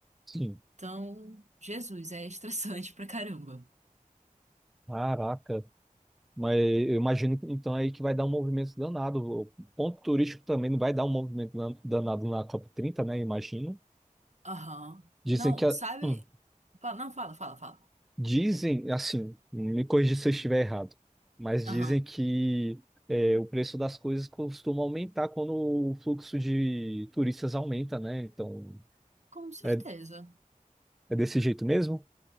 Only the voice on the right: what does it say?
Então, Jesus, é estressante <laughs> pra caramba.
Aham.
Não,
sabe?
Fa- Não, fala, fala, fala.
Aham.
Com certeza.